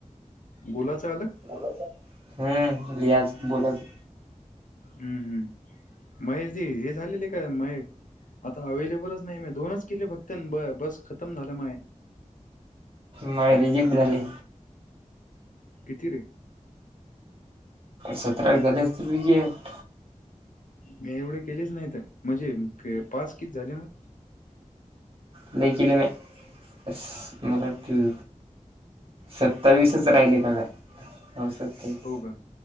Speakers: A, on the left; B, on the right.
A: गोलाचं आलं.
B: गोलाच हम्म लिहाच बोलत.
A: हम्म, हम्म महेशजी हे झालेले आहे का महेश? आता अवेहेलेबलच नाही म दोनच केले फक्त ब बस खतम झालं माय.
B: माझ रिजेक्ट झाली.
A: किती रे?
B: सतरा असतील रिजेक्ट.
A: मी एवढे केलेच नाहीये ते म्हणजे पास किती झाले मग?
B: लय केले म्या अस मला वाटते. सत्तावीसच राहिले का काय? हो सत्तावीस
A: हो का,